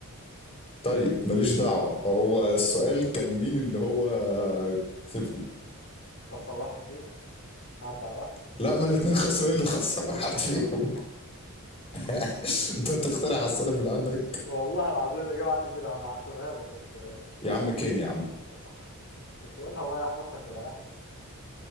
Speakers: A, on the left (about 25°); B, on the left (about 55°).
A: طيب ماليش دعوه هو السؤال كان مين اللي هو كسبهم
B: خسر واحد فيهم عدى على واحد فيهم
A: لا ما الاثنين خسروا ايه اللي خسر
B: <laughs>
A: واحد فيهم <laughs> انت هتخترع اسئله من عندك
B: والله العظيم الإجابة عندي كده وأنا هحسبها لك بس آه،
A: يا عم كين يا عم
B: صح كنت قولها وريح نفسك وريحني